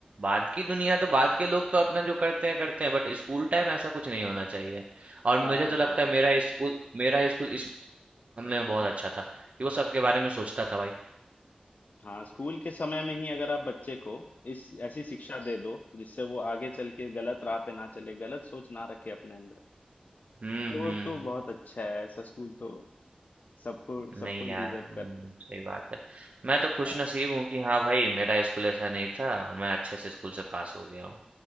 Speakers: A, on the right; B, on the left.
A: बाद की दुनिया तो बाद के लोग तो अपना जो करते हैं करते हैं बट स्कूल टाइम ऐसा कुछ नहीं होना चाहिए और
B: हाँ
A: मुझे तो लगता
B: हाँ
A: है मेरा स्कूल मेरा स्कूल इस मामले में बहुत अच्छा था कि वो सबके बारे में सोचता था भाई
B: हाँ स्कूल के समय में ही अगर आप बच्चे को इस ऐसी शिक्षा दे दो जिससे वो आगे चल के गलत राह पे ना चले गलत सोच ना रखे अपने अंदर
A: हुँ,
B: तो
A: हुँ।
B: वो तो बहुत अच्छा है ऐसा स्कूल तो सबको
A: नहीं
B: सबको ही
A: यार,
B: डिजर्व
A: हुँ,
B: करते हैं
A: सही बात है। मैं तो
B: आ,
A: खुशनसीब हूँ कि हाँ भाई, मेरा स्कूल ऐसा नहीं था, मैं अच्छे से स्कूल से पास हो गया हूँ।